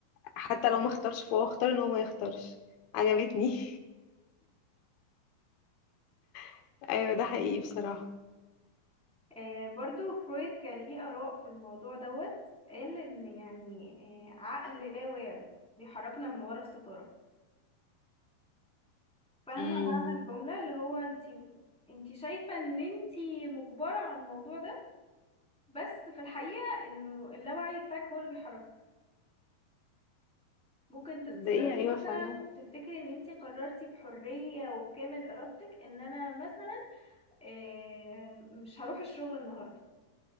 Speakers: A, on the left; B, in the centre.
A: حتى لو ما اختارش فهو اختار ان هو ما يختارش عجبتني <laughs> ايوه ده حقيقي بصراحه
B: آه برضو فرويد كان ليه آراء في الموضوع دوت قال إن يعني آه عقل لا واعي بيحركنا من ورا الستارة فاهمة
A: امم
B: معنى الجملة اللي هو انتي انتي شايفة ان انتي مجبرة على الموضوع ده بس في الحقيقة انه اللاوعي بتاعك هو اللي بيحركك ممكن تتصرفي
A: تصدقي ايوه
B: مثلا
A: فعلا
B: وتفتكري ان انتي قررتي بحرية وبكامل ارادتك ان انا مثلا آه مش هروح الشغل النهاردة